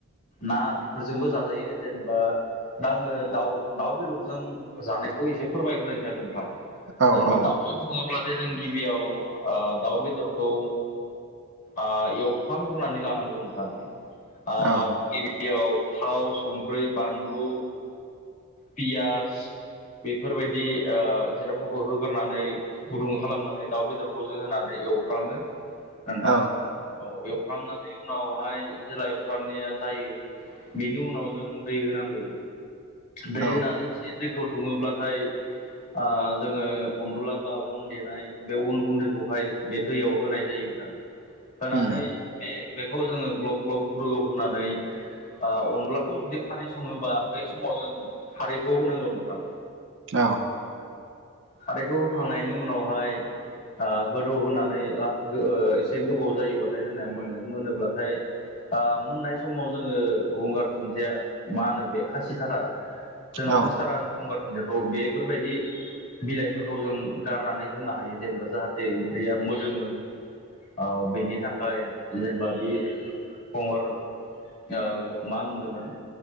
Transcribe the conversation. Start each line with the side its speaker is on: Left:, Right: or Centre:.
Left: ना बेफोरजोंबो जाजायो जेनेबा दा आङो दाउ दाउ बेदरजों जानायखौ एसे फोरमायग्रोनोसै नोंथां
Right: औ
Left: जेनेबा
Right: औ
Left: दाउजों संङोब्लासो जों गिबियाव ओ दाउ बेदरखौ ओ एवफ्रामग्रोनानै लानांगौ नोंथां ओ
Right: औ
Left: गिबियाव थाव संख्रि बानलु पियास बेफोरबायदि ओ जिरादफोरखौ होग्रोनानै गुदुं खालामनानै दाउ बेदरखौ जों होनानै एवफ्रामो नोंथां
Right: औ
Left: औ एवफ्रामनानै उनावहाय जेला एफ्रामनाया जायो बेनि उनाव जों दै होनांगौ। दै
Right: औ
Left: होनानै एसे दैखौ दुङोब्लाथाय ओ जोंङो अनदला बा अन देनाय बे अन गुन्दैखौहाय बे दैयाव होनाय जायो नोंथां होनानै
Right: उम
Left: बे-बेखौ जोंङो ग्लब-ग्लब गुदु होनानै ओ अनलाखौ जुदि खारै सङोबा बै समाव जों खारैखौ होनांगौ नोंथां
Right: औ
Left: खारैखौ होखांनायनि उनावहाय ओ गोदौ होनानै ला एसे गोबाव जायोबाथाय जोंनाया मोनो मोनोब्लाथाय ओ मोननाय समाव जोंङो गंगार दुुनदिया मा होनो बे खासिथारा जोंनाव
Right: औ
Left: खासिथाला होनो गंगार दुनदियाखौ बेफोरबायदि बिलाइफोरखौ जों गारनानै होनो हायो जेनेबा जाहाथे ओंख्रिया मोदोमो औ बेनि था खाय जेनेबा बे फंगार ओ मा होनदोंमोन